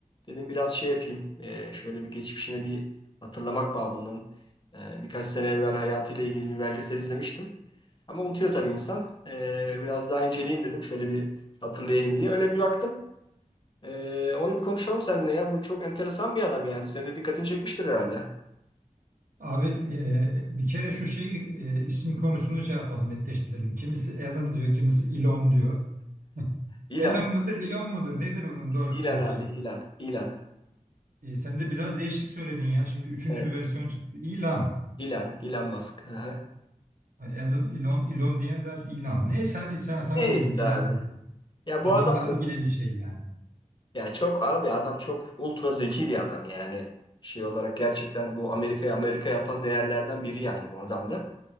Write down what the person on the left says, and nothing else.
Dedim biraz şey yapayım. Ee, şöyle bir geçmişine bir hatırlamak babından. Ee, birkaç sene evvel hayatıyla ilgili bir belgesel izlemiştim. Ama unutuyor tabii insan. Ee, biraz daha inceleyeyim dedim. Şöyle bir hatırlayayım diye. Öyle bir baktım. Ee, onu bir konuşalım seninle ya. Bu çok enteresan bir adam yani. Senin de dikkatini çekmiştir herhalde.
Elon.
Elon
abi. Elon. Elon.
Evet.
Elon, Elon Musk. Hı hı.
Neyse
Ya
bu adam
ya çok abi adam çok ultra zeki bir adam yani. Şey olarak gerçekten bu Amerika'yı Amerika yapan değerlerden biri yani bu adam da.